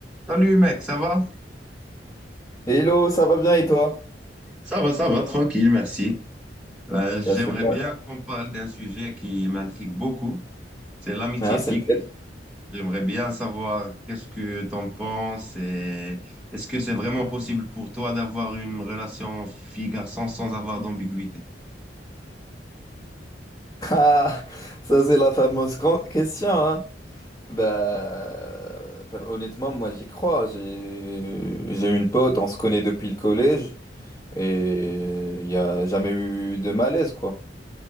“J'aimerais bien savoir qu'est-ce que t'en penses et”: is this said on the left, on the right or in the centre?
Centre